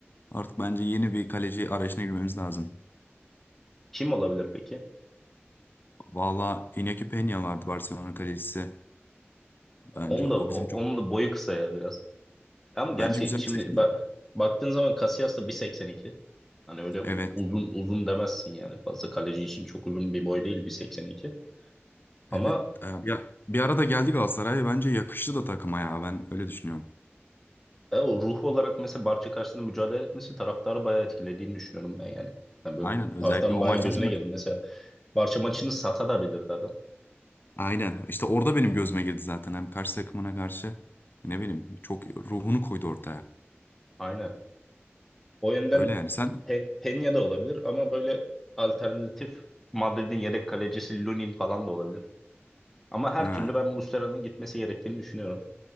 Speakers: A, on the left; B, in the centre.
A: Artık bence yeni bir kaleci arayışına girmemiz lazım.
B: Kim olabilir peki?
A: Valla Iñaki Peña vardı Barcelona kalecisi.
B: Onun
A: Bence o
B: da o-
A: bizim çok
B: onun da boyu kısa ya biraz. Ama gerçi
A: bence güzel
B: şimdi
A: bir seçim.
B: bak, baktığın zaman Casillas da 1.82. Hani öyle u-
A: Evet.
B: uzun uzun demezsin yani. Fazla kaleci için çok uzun bir boy değil 1.82. Ama
A: Evet. Ee, Bir, bir arada geldi Galatasaray. Bence yakıştı da takıma ya. Ben öyle düşünüyorum.
B: E, o ruhu olarak mesela Barça karşısında mücadele etmesi taraftarı bayağı etkilediğini düşünüyorum ben yani. Yani böyle
A: Aynen.
B: bir-
A: Özellikle
B: taraftarın
A: o
B: bayağı
A: maçtan
B: gözüne
A: sonra.
B: girdi. Mesela Barça maçını satabilirdi adam.
A: Aynen. İşte orada benim gözüme girdi zaten. Hem karşı takımına karşı ne bileyim çok ruhunu koydu ortaya.
B: Aynen. O yönden
A: Öyle yani. Sen
B: Pe Peña da olabilir ama böyle alternatif Madrid'in yedek kalecisi Lunin falan da olabilir. Ama her
A: ha,
B: türlü ben Muslera'nın gitmesi gerektiğini düşünüyorum.